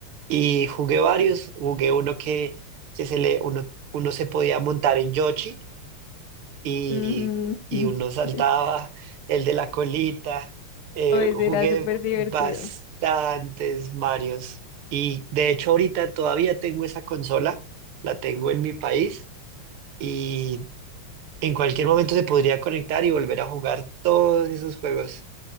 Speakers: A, on the right (about 75°); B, on the left (about 70°).
A: Y jugué varios, jugué uno que, que se le, uno, uno se podía montar en Yoshi y,
B: Ujú.
A: y
B: <laughs>
A: uno saltaba, el de la colita. eh,
B: Pues
A: jugué
B: era súper divertido.
A: bastantes Marios. Y de hecho ahorita todavía tengo esa consola, la tengo en mi país y en cualquier momento se podría conectar y volver a jugar todos esos juegos.